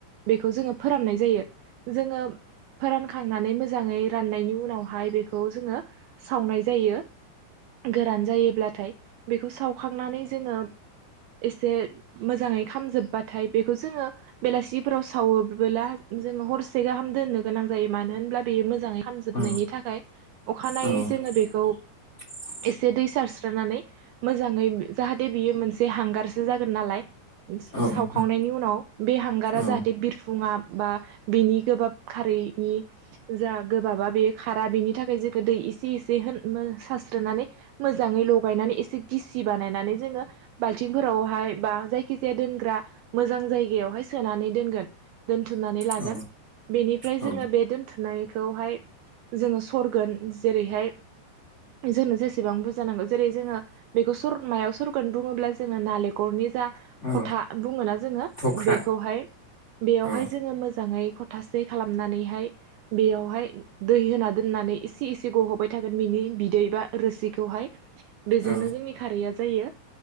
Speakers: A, on the right; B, on the left.
A: बेखौ जोङो फोराननाय जायो जोङो फोरानखांनानै मोजाङै राननायनि उनावहाय बेखौ जोङो सावनाय जायो गोरान जायोब्लाथाय बेखौ सावखांनानै जोङो एसे मोजाङै खामजोबबाथाय बेखौ जोङो बेलासि फोराव सावोबोला जोङो हरसे गाहाम दोननो गोनां जायो मानो होनब्ला बेयो मोजाङै खामजोबनायनि
B: औ
A: थाखाय अखानायै
B: औ
A: जोङो बेखौ
B: <inaudible>
A: एसे दै सारस्रोनानै मोजाङै जाहाथे बियो मोनसे हांगारसो जागोन नालाय
B: औ नोंथां
A: सावखांनायनि उनाव बे हांगारा
B: औ
A: जाहाथे बिरफुङा बा बेनि गोबाब खारै बेनि जा गोबाबा बेयो खारा बेनि थाखाय जेखौ दै एसे एसे होन सारास्रोनानै मोजाङै लगायनानै एसे गिसि बानायनानै जोङो बाल्थिंफोराव हाय बा जायखि जाया दोनग्रा मोजां जायगाआव हाय सोनानै दोनगोन दोन्थुमनानै लागोन
B: औ
A: बेनिफ्राय
B: औ
A: जोङो बे दोन्थुनायखौहाय जोङो सरगोन जेरैहाय जोंनो जेसेबां बुरजानांगौ जेरै जोङो बेखौ सरनायाव सरगोन बुङोब्ला जोङो नालेंखरनि जा
B: औ
A: खथा बुङोना जोङो
B: थख्रा
A: बेखौहाय बेयावहाय
B: औ
A: जोङो मोजाङै खथासे खालामनानैहाय बेयावहाय दै होना दोननानै एसे एसे गहोबाय थागोन बिनि बिदै बा रोसिखौहाय बेजोंनो
B: औ
A: जोंनि खारैया जायो।